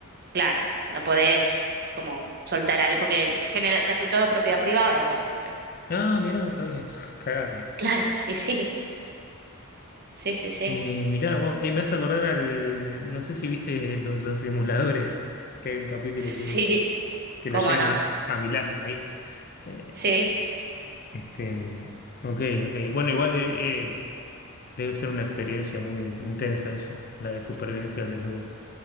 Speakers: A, on the right; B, on the left.
A: claro, no podés como soltar a alguien, porque genera, casi todo es propiedad privada igual, ¿viste?
B: Ah, mirá, no sabía. <laughs> Cagaron.
A: Claro, y sí, sí, sí, sí,
B: Eh, mirá, vos, eh, me hace acordar al. No sé si viste <laughs> lo- los, simuladores, que hay un capítulo
A: <laughs> sí,
B: que, que
A: cómo
B: lo llegan
A: no,
B: a, a Milaz ahí. Eh,
A: sí,
B: este, mm, ok, ok. Bueno, igual eh, eh, debe ser una experiencia muy intensa esa, la de supervivencia al desnudo.